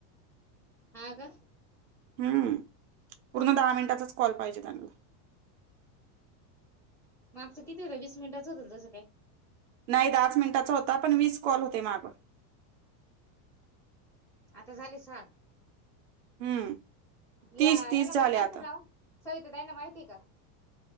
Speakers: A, in the centre; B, on the right.
A: हा का
B: हम्म पूर्ण दहा मिनिटाचच कॉल पाहिजे त्यांना.
A: मागचं किती होत वीस मिनिटाच होतं जसं काय
B: नाही दहाच मिनिटांचा होता, पण वीस कॉल होते मागं.
A: आता झालेच सहा
B: हम्म
A: या
B: तीस तीस
A: याला
B: झाले
A: माहिट
B: आता
A: असेल ना ओ सविता ताईंना माहितीय का?